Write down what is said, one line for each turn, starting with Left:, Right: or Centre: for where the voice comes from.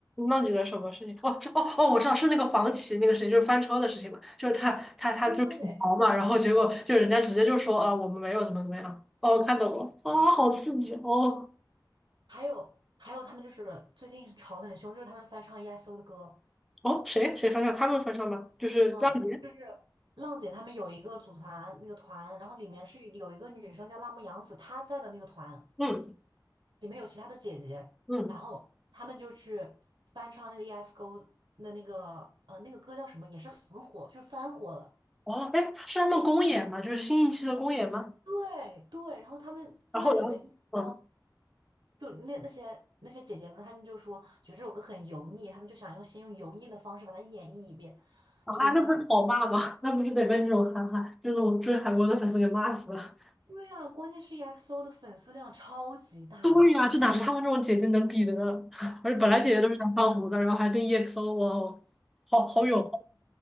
Centre: 那你的什么事情？哦，是哦哦，我知道是那个房企那个谁，就是翻车的事情嘛，就是他他他就吐槽嘛，
Right: 对，
Centre: 然后结果就人家直接就说啊，我们没有怎么怎么样。哦，我看懂了，啊、好刺激哦
Right: 还有还有他们就是最近吵得很凶，就是他们翻唱 EXO 的歌，
Centre: 哦，谁谁翻车？他们翻车吗？就是让你，
Right: 嗯，就是浪姐他们有一个组团那个团，然后里面是有一个女生叫辣目洋子，她在的那个团。
Centre: 嗯
Right: 里面有其他的姐姐，
Centre: 嗯。
Right: 然后他们就去翻唱那个 ESGO 的那个呃那个歌叫什么，也是很火，就是翻火了。
Centre: 哦，哎，是他们公演吗？就是新一期的公演吗？
Right: 对对，然后他们他在里面就说，
Centre: 然后，然后，嗯，
Right: 就那那些那些姐姐们，他们就说觉得这首歌很油腻，他们就想用先用油腻的方式把它演绎一遍，
Centre: 啊，
Right: 就被骂了。
Centre: 那不是讨骂吗？那不是得被那种韩寒，就那种追韩国的粉丝给骂死了。
Right: 对啊，关键是 EXO 的粉丝量超级大。
Centre: 对呀、这哪是他们这种姐姐能比的呢？<laughs> 而且本来姐姐都是想当红的，然后还跟 EXO，哇哦，好好有，